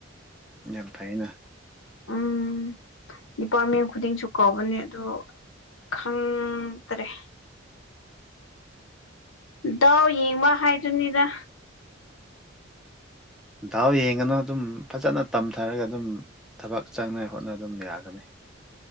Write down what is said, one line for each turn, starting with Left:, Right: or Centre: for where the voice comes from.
Centre: ꯌꯥꯝ ꯐꯥꯏꯅ
Left: ꯑꯝ ꯗꯤꯄꯥꯔꯠꯃꯦꯟ ꯈꯨꯗꯤꯡꯁꯨ ꯀꯧꯕꯅꯦ ꯑ ꯈꯪꯗ꯭ꯔꯦ ꯗꯥꯎ ꯌꯦꯡꯕ ꯍꯥꯏꯗꯨꯅꯤꯗ
Centre: ꯗꯥꯎ ꯌꯦꯡꯉꯅꯨ ꯑꯗꯨꯝ ꯐꯖꯅ ꯇꯝꯊꯔꯒ ꯑꯗꯨꯝ ꯊꯕꯛ ꯆꯪꯅ ꯍꯣꯠꯅ ꯑꯗꯨꯝ ꯌꯥꯒꯅꯤ